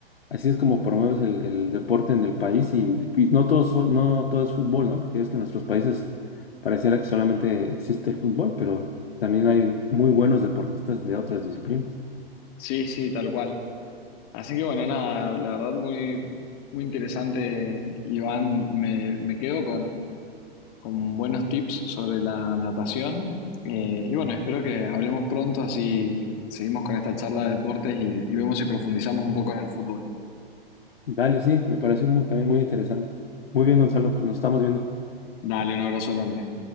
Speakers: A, on the left (about 70°); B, on the left (about 40°).
A: así es como promueves el, el deporte en el país y, y no todo, so- no todo es fútbol, ¿no? Porque es que en nuestros países pareciera que solamente existe el fútbol, pero también hay muy buenos deportistas de otras disciplinas.
B: Sí, sí, tal cual. Así que bueno, nada, la verdad muy, muy interesante, Iván. Me, me quedo con, con buenos tips sobre la natación. Eh, y bueno, espero que hablemos pronto, así seguimos con esta charla de deportes y, y vemos si profundizamos un poco en el fútbol.
A: Dale, sí, me pareció muy, también muy interesante. Muy bien, Gonzalo, pues nos estamos viendo.
B: Dale, un abrazo grande.